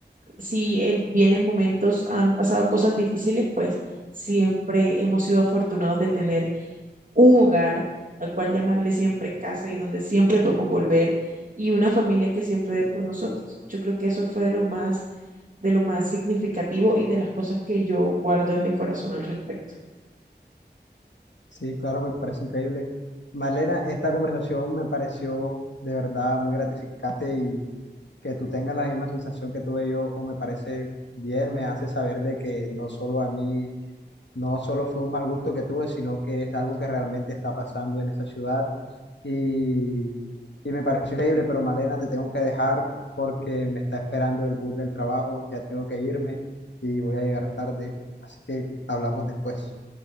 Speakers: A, on the right (about 50°); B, on the left (about 90°).
A: mm, si en- bien en momentos han pasado cosas difíciles, pues siempre hemos sido afortunados de tener un hogar al cual llamarle siempre casa y donde siempre podemos volver y una familia que siempre ve por nosotros. Yo creo que eso fue de lo más, de lo más significativo y de las cosas que yo guardo en mi corazón al respecto.
B: Sí, claro, me parece increíble. Marlena, esta conversación me pareció de verdad muy gratificante y que tú tengas la misma sensación que tuve yo me parece bien, me hace saber de que no solo a mí No solo fue un mal gusto que tuve, sino que es algo que realmente está pasando en esa ciudad y, y me pareció increíble, pero Malena, te tengo que dejar porque me está esperando el bus del trabajo, ya tengo que irme y voy a llegar tarde, así que hablamos después.